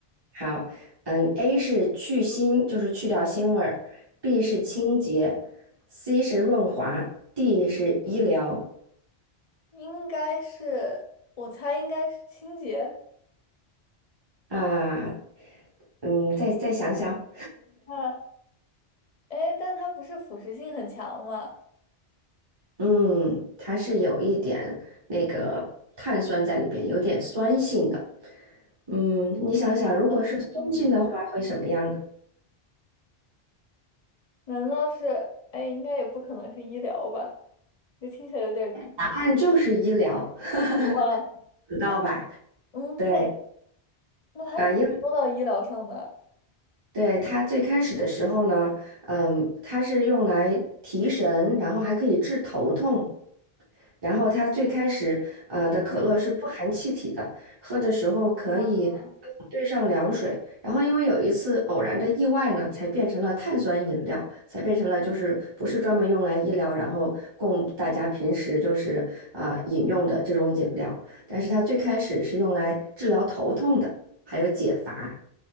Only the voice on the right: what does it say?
好，嗯，A 是去腥，就是去掉腥味儿；B 是清洁；C 是润滑；D 是医疗。
啊，嗯，再再想想。
嗯，它是有一点那个碳酸在里边，有点酸性的。嗯，你想想，
如果是酸性的话，
会什么样呢？
答案就是医疗，
<laughs> 知道吧？
对
啊，因为对它最开始的时候呢，嗯，它是用来提神，然后还可以治头痛。然后它最开始，嗯、呃的可乐是不含气体的，
喝的时候可以
兑上凉水。然后因为有一次偶然的意外呢，才变成了碳酸饮料，才变成了就是不是专门用来医疗，然后供大家平时就是啊、呃饮用的这种饮料。但是它最开始是用来治疗头痛的，还有解乏。